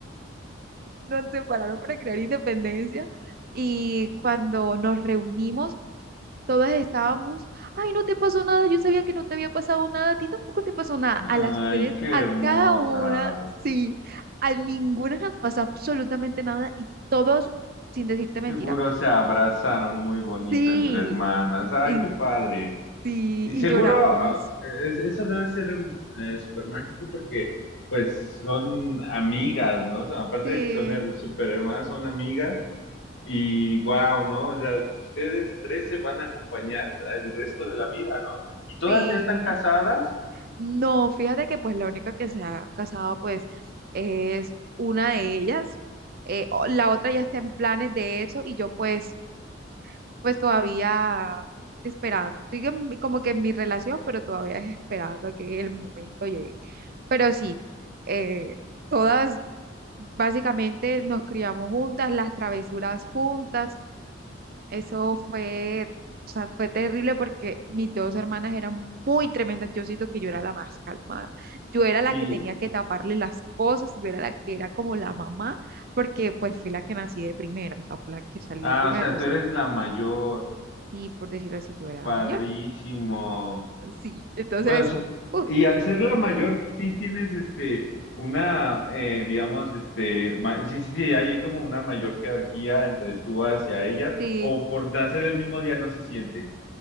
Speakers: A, on the right (about 50°); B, on the left (about 70°).
A: nos separaron para no crear independencia y cuando nos reunimos, todas estábamos, ay, no te pasó nada, yo sabía que no te había pasado nada, a ti tampoco te pasó nada.
B: Ay,
A: A las tres,
B: qué
A: a
B: hermosa.
A: cada una, sí, a ninguna nos pasó absolutamente nada y todos, sin decirte mentira,
B: Seguro se abrazaron muy bonito
A: sí,
B: entre hermanas. Ay,
A: y,
B: qué padre.
A: sí,
B: Y
A: y
B: seguro,
A: lloramos,
B: ah, es- eso debe ser eh, súper mágico porque pues son amigas, ¿no? O sea, aparte
A: sí,
B: de que son her- súper hermanas, son amigas. Y wow, ¿no? O sea, ustedes tres se van a acompañar el resto de la vida, ¿no? Y todas
A: sí.
B: ya están casadas
A: No, fíjate que pues la única que se ha casado pues es una de ellas. Eh, o- la otra ya está en planes de eso y yo pues pues todavía esperando. Estoy en mi- como que en mi relación, pero todavía es esperando a que el momento llegue. Pero sí, eh, todas básicamente nos criamos juntas, las travesuras juntas, eso fue, o sea, fue terrible porque mis dos hermanas eran muy tremendas. Yo siento que yo era la más calmada. Yo era
B: y,
A: la que tenía que taparle las cosas, yo era la que era como la mamá, porque pues fui la que nací de primera, o sea, fue la que salí
B: ah,
A: de primera.
B: o sea,
A: Entonces,
B: tú eres la mayor,
A: sí, por decirlo así, yo era
B: padrísimo.
A: la mayor. Sí, entonces,
B: Bueno, sup-
A: uf,
B: y al ser la mayor, sí tienes este, una, eh, digamos, este, ma- sí, sí, sí, hay como una mayor jerarquía entre tú hacia ellas,
A: sí.
B: o por nacer el mismo día no se siente.